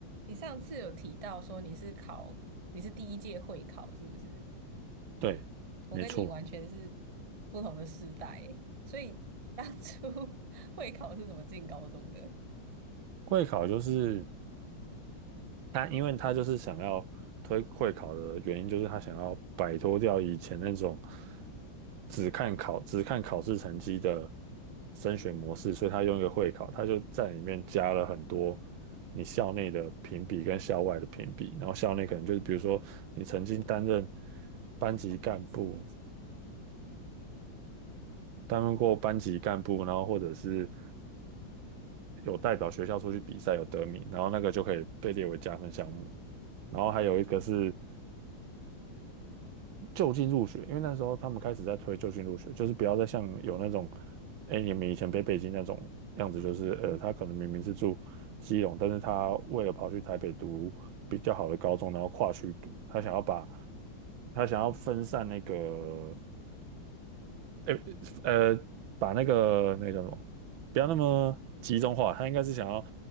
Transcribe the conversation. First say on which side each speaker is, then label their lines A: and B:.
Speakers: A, on the right (about 45°); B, on the right (about 80°).
A: 你上次有提到说你是考，你是第一届会考，是不是？
B: 对，
A: 我跟你完全是
B: 没错，
A: 不同的世代欸所以当初 <laughs> 会考是怎么进高中的？
B: 会考就是他，因为他就是想要推会考的原因，就是他想要摆脱掉以前那种只看考、只看考试成绩的升学模式，所以他用一个会考，他就在里面加了很多你校内的评比跟校外的评比，然后校内可能就是比如说你曾经担任班级干部，担任过班级干部，然后或者是。有代表学校出去比赛有得名，然后那个就可以被列为加分项目。然后还有一个是就近入学，因为那时候他们开始在推就近入学，就是不要再像有那种，哎，你们以前北北京那种样子，就是呃，他可能明明是住基隆，但是他为了跑去台北读比较好的高中，然后跨区读，他想要把他想要分散那个诶呃，把那个那个叫什么，不要那么集中化，他应该是想要